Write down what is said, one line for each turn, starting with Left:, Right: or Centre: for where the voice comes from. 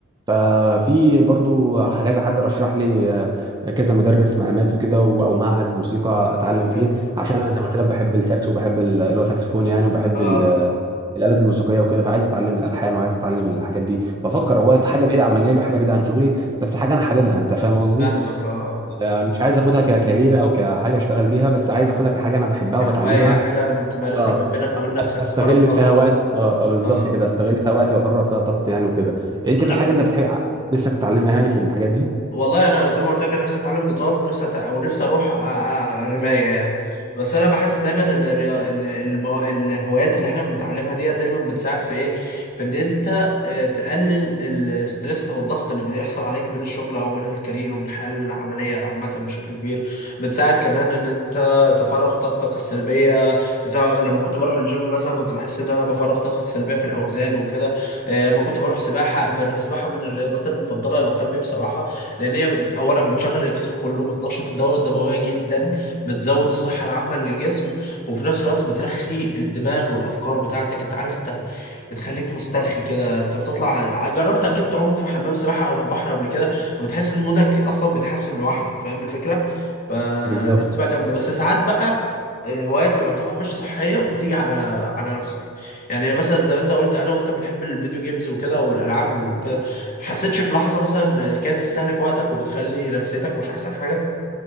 Right: ففي برضو كذا حد رشح لي آه، كذا مدرس مقامات وكده و- او معهد موسيقى اتعلم فيه
Left: حلو
Right: عشان
Left: حلو
Right: انا زي ما قلت لك بحب الساكس وبحب ال- اللي هو ساكسفون يعني وبحب
Left: آه
Right: ال-
Left: آه
Right: الآلات الموسيقية وكده فعايز اتعلم الالحان وعايز اتعلم الحاجات دي بفكر
Left: آه.
Right: هو حاجة بعيدة عن مجالي وحاجة بعيدة عن شغلي بس حاجة انا حاببها انت فاهم قصدي
Left: فاهمك اه اه
Right: لا، مش عايز اخدها ككارير او كحاجه اشتغل بيها بس عايز اخدها كحاجه انا بحبها
Left: كهواية
Right: وبتعلمها
Left: حاجة تمارسها
Right: اه
Left: من بينك وبين نفسك
Right: أس- استغل
Left: تفرغ فيها
Right: فيها
Left: طاقتك
Right: وقت اه آه، بالظبط
Left: اه
Right: كده استغل فيها وقت وافرغ فيها طاقتي يعني وكده انت
Left: انا
Right: في
Left: بن...
Right: حاجه انت بتحب نفسك تتعلمها يعني في الحاجات دي
Left: والله انا زي ما قلت لك انا نفسي اتعلم جيتار ونفسي أتع... ونفسي اروح أ- أ- رمايه يعني بس انا بحس دايما ان الريا... ال- المو... الهوايات اللي احنا بنتعلمها ديت دايما بتساعد في ايه في ان انت آه، تقلل الستريس او الضغط اللي بيحصل عليك من الشغل او من الكارير ومن الحياه العمليه عامه بشكل كبير بتساعد كمان ان انت تفرغ طاقتك السلبيه زي لما كنت بروح الجيم مثلا كنت بحس ان انا بفرغ طاقتي السلبيه في الاوزان وكده آه، لما كنت بروح سباحه السباحه من الرياضات المفضله لقلبي بصراحه لان هي بت... اولا بتشغل الجسم كله بتنشط الدوره الدمويه جدا بتزود الصحه العامه للجسم وفي نفس الوقت بترخي الدماغ والافكار بتاعتك انت عارف انت بتخليك مسترخي كده انت بتطلع جربت اكيد تعوم في حمام سباحه او في بحر قبل كده وبتحس ان مودك اصلا بيتحسن لوحده فاهم الفكره فدي
Right: بالظبط
Left: بتبقى جامده بس ساعات بقى الهوايات لما بتبقى مش صحيه بتيجي على على نفسك يعني مثلا زي ما انت قلت انا وانت بنحب الفيديو جيمز وكده والالعاب وكده حسيتش في لحظة مثلا كانت بتستهلك وقتك وبتخلي نفسيتك مش أحسن حاجة؟